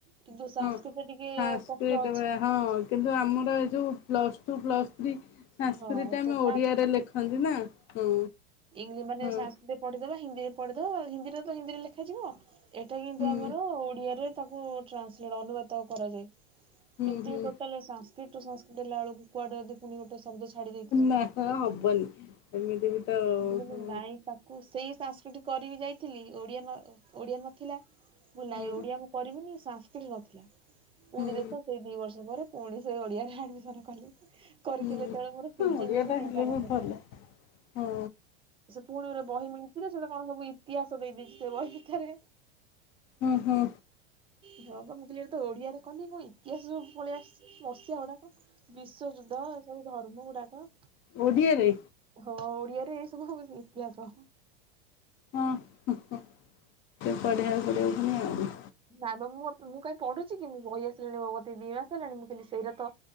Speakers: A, on the right (about 15°); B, on the left (about 40°).
A: କିନ୍ତୁ ସଂସ୍କିଟଟା
B: ହଁ
A: ଟିକେ
B: ସାଂସ୍କ୍ରିଟ
A: କଷ୍ଟ ଅଛି
B: ହଁ କିନ୍ତୁ ଆମର ଏ ଯଉ ପ୍ଲସ୍ ଟୁ ପ୍ଲସ୍ ଥ୍ରୀ ସଂସ୍କୃତି
A: ହଁ
B: ଟା ଆମେ
A: ସେଟା
B: ଓଡିଆରେ ଲେଖନ୍ତି ନା ହଁ
A: ଇଂ ମାନେ
B: ହଁ
A: ସାଂସ୍କିଟ ପଢିଦେବେ ହିନ୍ଦୀରେ ପଢିଦବ ହିନ୍ଦୀରେ ତ ହିନ୍ଦୀରେ ଲେଖାଯିବ ଏଇଟା କିନ୍ତୁ
B: ହୁଁ
A: ଆମର ଓଡିଆରେ ତାକୁ ଟ୍ରାନ୍ସଲେଟ ଅନୁବାଦ କରାଯାଏ
B: ହୁଁ
A: କିନ୍ତୁ
B: ହୁଁ
A: ଟୋଟାଲ କୀଟ ସଂସ୍କିଟି ନେଲାବେଳକୁ ଲାେଳ କୁଡେ ଯଦି ପୁଣି ଗୋଟେ ଶବ୍ଦ ଛାଡି ଦେଇଥିବେ
B: ନା ହବନି ଏମିତି ବି ତ
A: ମୁଁ
B: ହଁ
A: ନାଇଁ ତାକୁ ସେଇ ସାଂସ୍କୃଟି କରିବି ଯାଇଥିଲି ଓଡିଆ ଓଡିଆ ନଥିଲା ଭୁଲିରେ
B: ହୁଁ
A: ଓଡିଆ ମୁଁ କରିବିନି ସାଂସ୍କିଟ ନଥିଲା ପୁଣି
B: ହୁଁ
A: ଦେଖ ସେଇ ଦି ବର୍ଷ ପରେ ପୁଣି ସେ ଓଡିଆରେ ଆଡମିସନ କଲି। କରିଥିଲେ।
B: ହୁଁ
A: ସେତେବେଳେ ମୋର ପିଜି
B: ଓଡ଼ିଆ
A: ବିଡି
B: ଟା
A: ଦିଟାଙ୍କ
B: ହେଲେ ବି ଭଲ ହଁ
A: ସେ ପୁଣି ଗୋଟେ ବହି ମିଳିଛି ସେଟ କଣ ସବୁ ଇତିହାସ ଦେଇଦେଇଛି ସେ ବହି ଭିତରେ
B: ହୁଁ ହୁଁ।
A: ହଁ ବା ମୁଁ କ ତ ଓଡିଆରେ କହଲିି ମୁଁ ଇତିହାସ ଯୋ ପଳେଇଆସିଛି ମସିଆ ଗୁଡାକ ବିଶ୍ୱଯୁଦ୍ଧ ଏ ସବୁ ଧର୍ମ ଗୁଡାକ
B: ଓଡ଼ିଆରେ।
A: ହଁ ଓଡିଆରେ ଏ ସବୁ ଇତିହାସ।
B: ହଁ ପଢ଼ିଆକୁ ପଡିବ ପୁଣି ଆଉ
A: ନାଇଁ ବା ମୁଁ ମୁଁ କାଇଁ ହିଁ ପଢୁଛି କି ମୁଁ ବହି ଆସିଲାଣି ଭଗବତୀ ଦିଇ ମାସ ହେଲାଣି ମୁଁ କିନ୍ତି ସେଇଟା ତ